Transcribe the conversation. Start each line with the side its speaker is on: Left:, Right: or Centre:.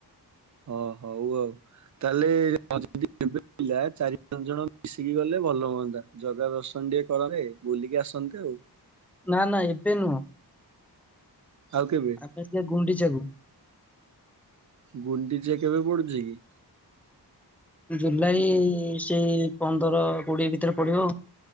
Right: ହ ହଉ ଆଉ ତାହେଲେ ଯଦି କେବେ <unintelligible> ଚାରି ପାଞ୍ଚ ଜଣ ମିଶିକି ଗଲେ ଭଲ ହୁଅନ୍ତା। ଜଗା ଦର୍ଶନ ଟିକେ କରନ୍ତେ ବୁଲିକି ଆସନ୍ତେ ଆଉ।
Centre: ନା ନା ଏବେ ନୁହଁ।
Right: ଆଉ କେବେ?
Centre: ଆମେ ଯିବା ଗୁଣ୍ଡିଚାକୁ
Right: ଗୁଣ୍ଡି ଗୁଣ୍ଡିଚା କେବେ ପଡୁଚି କି?
Centre: ଜୁଲାଇ ସେଇ ପନ୍ଦର କୋଡିଏ ଭିତେରେ ପଡିବ।